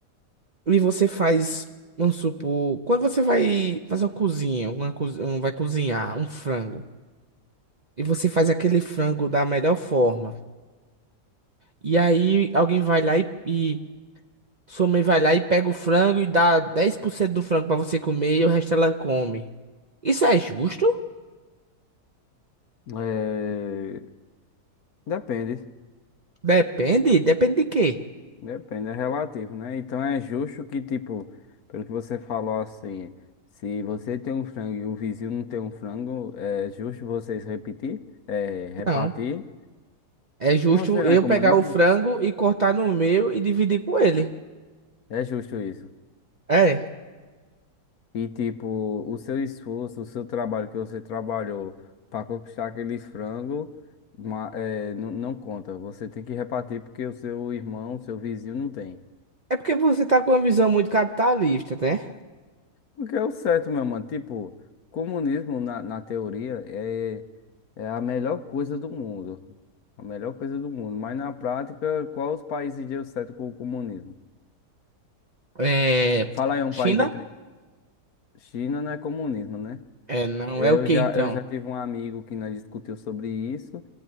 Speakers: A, on the right; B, on the left.
A: e você faz. Vamos supor, quando você vai fazer uma cozinha, uma cozi- um- vai cozinhar um frango, e você faz aquele frango da melhor forma. E aí alguém vai lá e, e Sua mãe vai lá e pega o frango e dá 10% do frango pra você comer e o resto ela come. Isso é justo?
B: É, Depende.
A: Depende, depende de quê?
B: Depende, é relativo, né? Então é justo que, tipo, pelo que você falou assim, se você tem um frango e o vizinho não tem um frango, é justo vocês repetir, é, repartir.
A: Não. É justo
B: Mas Você não
A: eu
B: é comunismo?
A: pegar o frango e cortar no meu e dividir com ele.
B: É justo isso.
A: É.
B: E, tipo, o seu esforço, o seu trabalho que você trabalhou para conquistar aquele frango, ma- é, não, não conta. Você tem que repartir porque o seu irmão, o seu vizinho não tem.
A: É porque você tá com uma visão muito capitalista, né?
B: Porque é o certo, meu mano. Tipo, o comunismo, na, na teoria, é, é a melhor coisa do mundo. A melhor coisa do mundo. Mas na prática, qual os países deu certo com o comunismo?
A: É.
B: Fala aí um
A: China?
B: país de... pri- China não é comunismo, né?
A: É, não
B: Eu
A: é o que
B: já,
A: então?
B: eu já tive um amigo que nós discutiu sobre isso.